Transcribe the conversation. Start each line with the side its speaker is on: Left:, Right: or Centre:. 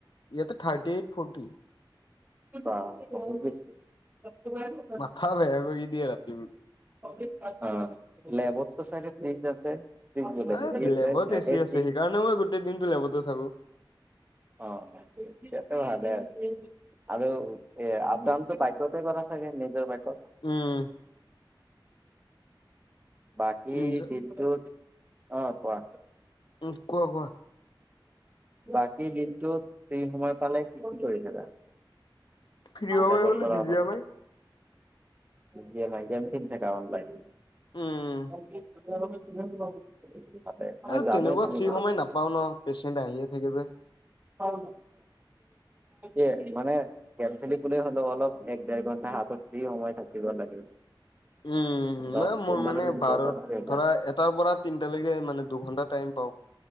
Left: ইয়াত থাৰ্টি এইট ফৰ্টি।
Right: বাহ বহুত বেছি। <unintelligible>
Left: মথা বেয়া কৰি দিয়ে ৰাতিও।
Right: অহ, <unintelligible> ফ্ৰেইজ আছে। ফ্ৰিজ বোলে
Left: এই
Right: হেৰি আছে
Left: লেবত এছি
Right: এ
Left: আছে,
Right: চি
Left: সেইকাৰণে মই গোটেই দিনটো লেবতে থাকো।
Right: অহ, তাতে ভালহে আৰু এ অপ ডাউনটো বাইকতে কৰা চাগে নিজৰ বাইকতে।
Left: উম।
Right: বাকী
Left: নিজৰ
Right: দিনটোত। অহ, কোৱা?
Left: উম' কোৱা কোৱা?
Right: বাকী দিনটো ফ্ৰী সময় পালে কি কি কৰিছিলা।
Left: ফ্ৰী সময়
Right: লেবৰ
Left: বোলে
Right: পৰা
Left: বিজি
Right: অলপ
Left: সময়
Right: গেমেই, গেম খেলি থাকা অনলাইন।
Left: উম
Right: <unintelligible>
Left: আৰু
Right: জানো
Left: তেনেকুৱা
Right: তুমি
Left: ফ্ৰী
Right: বহুত
Left: সময় নাপাওঁ ন' পেচেণ্ট আহিয়ে থাকে যে।
Right: অহ, এ মানে গেম খেলি ক'লে হ'লেও অলপ এক দেৰ ঘন্টা হাতত ফ্ৰী সময় থাকিব লাগে।
Left: উম',
Right: দহ
Left: হম'
Right: পোন্ধৰ
Left: মোৰ মানে
Right: মিনিট
Left: বাৰ
Right: এটা থাকে অ।
Left: ধৰা এটাৰ পৰা তিনটালৈকে মানে দুঘন্টা টাইম পাওঁ।